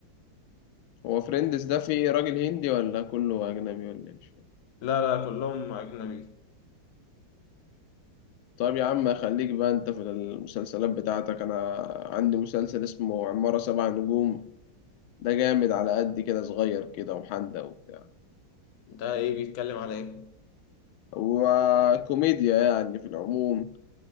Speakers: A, on the left; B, on the left.
A: هو فريندز ده فيه راجل هندي ولا كله أجنبي ولا إيه؟ مش فاهم
B: لا لا كلهم اجنبي
A: طيب يا عم خليك بقى أنت في المسلسلات بتاعتك أنا عندي مسلسل اسمه عمارة سبع نجوم ده جامد على قد كده صغير كده وحندق وبتاع
B: ده ايه بيتكلم على ايه
A: وكوميديا يعني في العموم